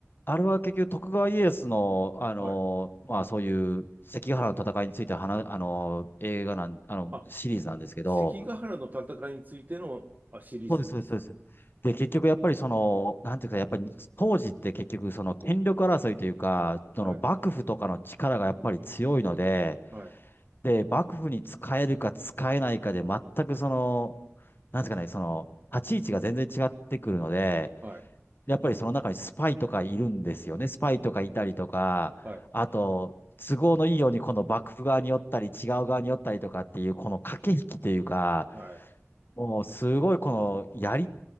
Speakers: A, on the left; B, on the right.
A: あれは結局徳川家康の、あの、
B: はい。
A: まあそういう関ヶ原の戦いについて話、あの、映画なん、あの、
B: あ、
A: シリーズなんですけど、
B: 関ヶ原の戦いについてのあシリーズなんですか。
A: そうです、そうです、そうです。で、結局やっぱりその、なんていうか、やっぱり当時って結局その権力争いというか、その幕府とかの力がやっぱり強いので、
B: はい、はい、
A: で、幕府に使えるか使えないかで全くその、なんですかね、その、立ち位置が全然違ってくるので、
B: はい、
A: やっぱりその中にスパイとかいるんですよね。スパイとかいたりとか、
B: はい、
A: あと、都合のいいようにこの幕府側に寄ったり、違う側に寄ったりとかっていう、この駆け引きというか、
B: はい、
A: もうすごいこのやり